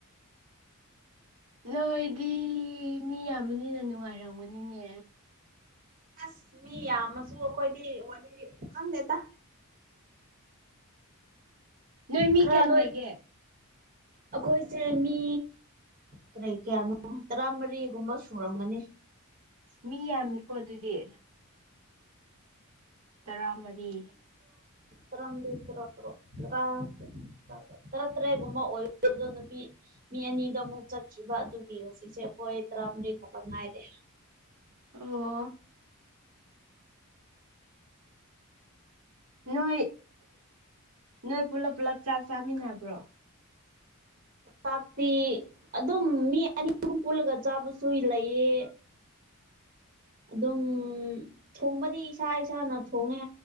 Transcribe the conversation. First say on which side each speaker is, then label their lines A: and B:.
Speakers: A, on the right (about 85°); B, on the right (about 40°).
A: ꯅꯣꯏꯗꯤ ꯃꯤ ꯌꯥꯝꯕꯅꯤꯅ ꯅꯨꯡꯉꯥꯏꯔꯝꯒꯅꯤꯅꯦ
B: ꯑꯁ ꯃꯤ ꯌꯥꯝꯃꯁꯨ ꯑꯩꯈꯣꯏꯗꯤ ꯋꯥꯔꯤ ꯈꯪꯗꯦꯗ
A: ꯅꯣꯏ ꯃꯤ
B: ꯈꯔꯥ
A: ꯀꯌꯥꯝ
B: ꯂꯣꯏ
A: ꯂꯩꯒꯦ
B: ꯑꯩꯈꯣꯏꯁꯦ ꯃꯤ ꯀꯔꯤ ꯀꯌꯥꯅꯣ ꯇꯔꯥ ꯃꯔꯤꯒꯨꯝꯕ ꯁꯨꯔꯝꯒꯅꯤ
A: ꯃꯤ ꯌꯥꯝꯃꯤꯀꯣ ꯑꯗꯨꯗꯤ ꯇꯔꯥꯃꯔꯤ
B: ꯇꯟꯗꯤꯗ ꯔ꯭ꯔꯣ ꯔ꯭ꯔ <unintelligible> ꯇꯥꯔꯦꯠ ꯇꯥꯔꯦꯠꯒꯨꯝꯕ ꯑꯣꯏꯗꯕꯗꯣ ꯅꯨꯄꯤ ꯃꯤ ꯑꯅꯤꯗꯣ ꯑꯃꯨꯛ ꯆꯠꯈꯤꯕ ꯑꯗꯨꯒꯤ ꯍꯧꯖꯤꯛꯁꯦ ꯑꯩꯈꯣꯏ ꯇꯔꯥꯃꯔꯤ ꯈꯛꯇ ꯉꯥꯏꯔꯦ
A: ꯑꯣ ꯅꯣꯏ ꯅꯣꯏ ꯄꯨꯂꯞ ꯄꯨꯂꯞ ꯆꯥꯛ ꯆꯥꯃꯤꯟꯅꯕ꯭ꯔꯣ
B: ꯇꯥꯛꯄꯤ ꯑꯗꯨꯝ ꯃꯤ ꯑꯅꯤ ꯑꯍꯨꯝ ꯄꯨꯜꯂꯒ ꯆꯥꯕꯁꯨ ꯂꯩꯌꯦ ꯑꯗꯨꯝ ꯊꯣꯡꯕꯗꯤ ꯏꯁꯥ ꯏꯁꯥꯅ ꯊꯣꯡꯉꯦ